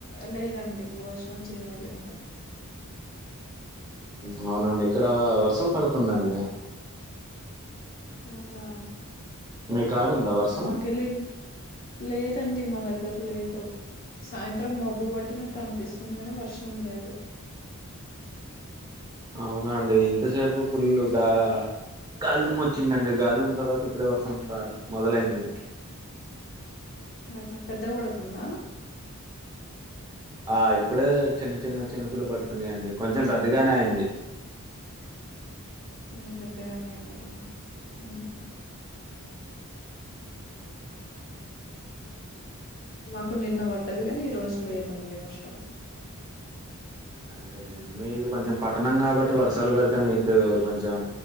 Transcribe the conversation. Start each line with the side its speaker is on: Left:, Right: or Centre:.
Left: లేదండి భోజనం చేయాలే ఇంకా
Right: అవునండి ఇక్కడ వర్షం పడుతుందండి
Left: అవునా
Right: మీ కాడ ఉందా వర్షం
Left: మా కెల్లి లేదు మా దగ్గర లేదు సాయంత్రం మబ్బు పట్టినట్టు అనిపిస్తుంది కానీ వర్షం లేదు ఉ
Right: అవునండి ఇంతసేపు ఫుల్ గా గాలిదుమ్మ వచ్చిందండి గాలిదుమ్మ తర్వాత ఇప్పుడే వర్షం స్టార్ట్ మొదలైంది
Left: వర్షం పెద్ద గా కొడుతుందా
Right: ఆ ఇప్పుడే చిన్న చిన్న చినుకులు పడుతున్నాయండి కొంచెం పెద్దగానే అయింది
Left: చినుకులు పెద్దగానే అయింది అండి ఉ మాకు నిన్న పడ్డదీ కానీ ఈ రోజు లేదండి వర్షం ఊ
Right: అదేలేండి మీది కొంచెం పట్టణం కాబట్టి వర్షాలు పడితే మీకు కొంచెం